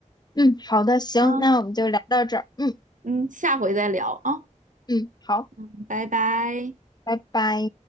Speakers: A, on the left; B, on the right.
A: 嗯，好的，行，
B: 啊，
A: 那我们就聊到这儿。嗯
B: 嗯，下回再聊啊，
A: 嗯，好，
B: 嗯，拜拜。
A: 拜拜。